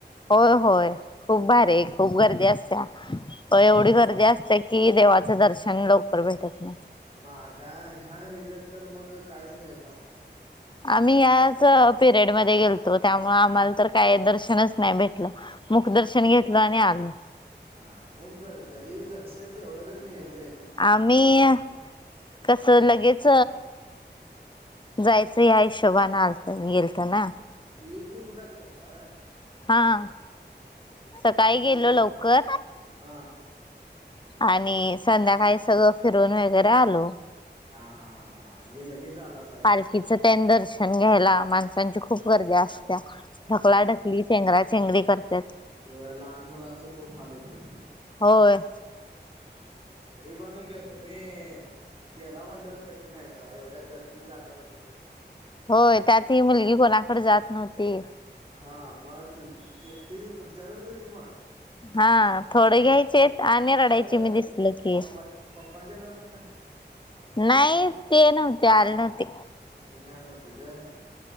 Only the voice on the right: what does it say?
आता
म ह्या ह्या ह्याच्यात तर मग काहीच मिळत नसणार
हा मग ज जरी दर्शन तेवढं जरी मिळतय
एक दिवसासाठी गेलंत होय
एक दिवस
हा
हां हां हां म्हणजे लगेच आलात
हा
होय लहान मुलांचे खूप हाल होतात
हां हां तरी बणू का तुम्ही गेला म्हणल्यावर कठीण आहेसा एवढ्या गर्दीत जाणं म्हणजे
हा मग तु एकटीच तुमच्याकडेच होती मग
त्यांचं
पप्पां पप्पांच्याकडे पण नाही
तेनि अली न्हवतीत होय